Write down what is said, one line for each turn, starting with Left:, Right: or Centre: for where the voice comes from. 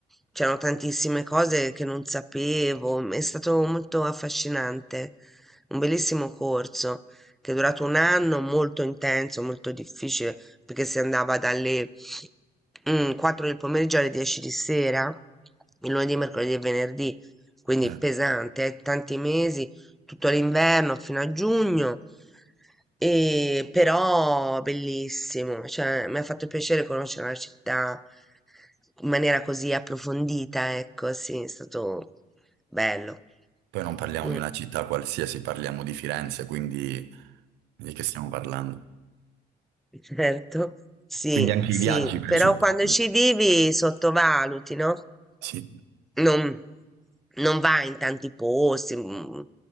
Centre: c'erano tantissime cose che non sapevo. È stato molto affascinante, un bellissimo corso che è durato un anno, molto intenso, molto difficile, perché si andava dalle mm, 4 del pomeriggio alle 10 di sera, il lunedì, mercoledì e venerdì, quindi
Right: Eh,
Centre: pesante, eh, tanti mesi tutto l'inverno fino a giugno, e però bellissimo, cioè mi ha fatto piacere conoscere la città in maniera così approfondita, ecco, sì, è stato bello.
Right: Poi non parliamo
Centre: Mm.
Right: di una città qualsiasi, parliamo di Firenze, quindi di che stiamo parlando?
Centre: Certo, sì,
Right: Quindi anche
Centre: sì,
Right: i viaggi, presuppongo.
Centre: però quando ci vivi sottovaluti, no?
Right: Sì.
Centre: Non, non vai in tanti posti, mm,